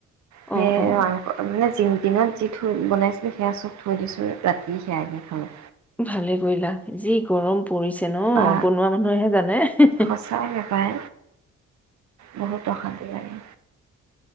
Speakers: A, on the right; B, in the centre.
A: সে
B: অ অ
A: মানে <unintelligible> দিনত যি থৈ বনাইছিলোঁ, সেইয়া চব থৈ দিছোঁ ৰাতি সেইয়াকে খালোঁ।
B: ভালে কৰিলা যি গৰম। পৰিছে ন,
A: বা
B: বনোৱা মানুহেহে জানে। হি হি
A: সঁচাকে পাই বহুত অশান্তি লাগে